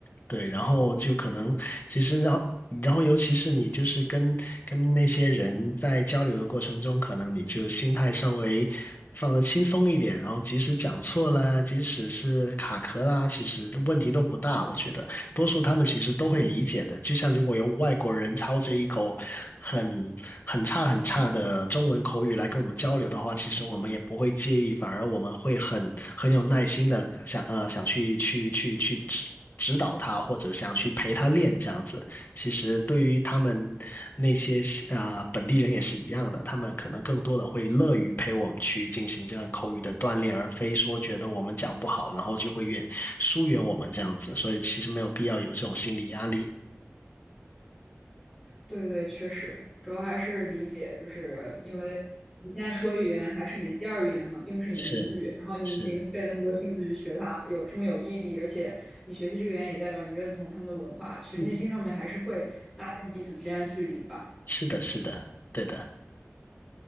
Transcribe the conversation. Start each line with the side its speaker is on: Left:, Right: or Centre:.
Left: 对，然后就可能其实然后然后尤其是你就是跟跟那些人在交流的过程中，可能你就心态稍微放得轻松一点，然后即使讲错了，即使是卡壳啦，其实问题都不大，我觉得。多数他们其实都会理解的。就像如果有外国人操着一口很很差很差的中文口语来跟我们交流的话，其实我们也不会介意，反而我们会很很有耐心的想呃想去去去去指指导他，或者想去陪他练这样子。其实对于他们那些啊本地人也是一样的，他们可能更多的会乐于陪我们去进行这样口语的锻炼，而非说觉得我们讲不好，然后就会远疏远我们这样子。所以其实没有必要有这种心理压力啊。
Centre: 对对对，确实，主要还是理解，就是因为你现在说语言还是你的第二语言嘛，并不是你的母语，
Left: 是是，
Centre: 然后你已经费了那么多心思去学它，有这么有毅力，而且你学习这个语言也代表你认同他们的文化，其实内心上面还是会拉近彼此之间的距离吧。
Left: 嗯，是的，是的，对的，